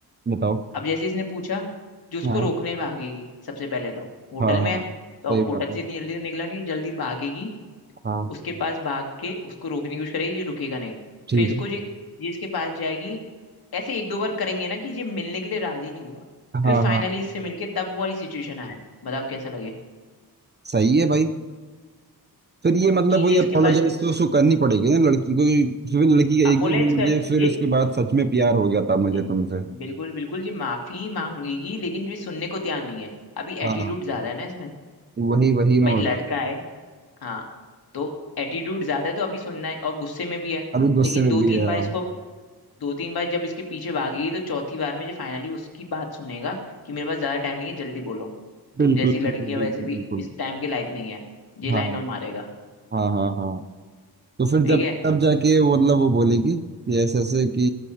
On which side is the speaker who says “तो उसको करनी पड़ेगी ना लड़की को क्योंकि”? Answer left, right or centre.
Right